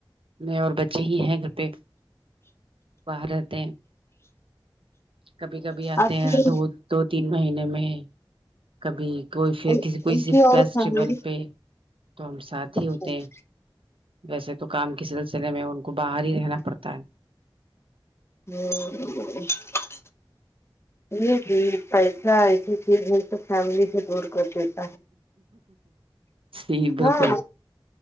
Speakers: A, on the right; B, on the left.
A: میں اور بچے ہی ہیں گھر پہ باہر رہتے ہیں کبھی کبھی اتے
B: آپ کی
A: ہیں دو دو تین مہینے میں کبھی کوئی شعر
B: ان
A: کسی کوئی صفت
B: کی اور
A: فیسٹیول
B: فیملی
A: پہ تو ہم ساتھ
B: مطلب
A: ہی ہوتے ہیں ویسے تو کام کے سلسلے میں ان کو باہر ہی رہنا پڑتا ہے
B: ہوں یہ چیز پیسہ ایسی چیز ہے تو فیملی سے دور کر دیتی
A: جی بالکل
B: ہاں